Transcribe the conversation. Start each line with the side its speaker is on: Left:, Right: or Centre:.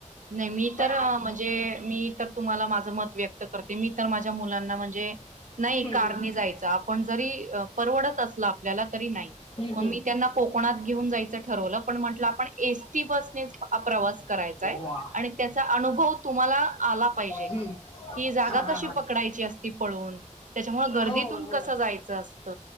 Right: नाही मी
Left: पण
Right: तर,
Left: आज
Right: अ म्हणजे मी तर तुम्हाला माझ मत व्यक्त करते, मी तर माझ्या मुलांना म्हणजे नाही
Left: हम्म
Right: कारने
Left: हम्म
Right: जायच आप पण जरी अ परवडत असल आपल्याला तरी नाही
Left: हम्म
Right: मग मी त्यांना कोकणात घेऊन जायचं ठरवलं पण म्हटलं आपण एसटी बसने प्रवास करायचाय
Left: हम्म वा
Right: आणि त्याचा अनुभव तुम्हाला आला पाहिजे
Left: हम्म
Right: की जागा
Left: हा हा
Right: कशी
Left: हा
Right: पकडायची असती पळून त्याच्यामुळे गर्दीतून
Left: हो हो
Right: कस जायच असत.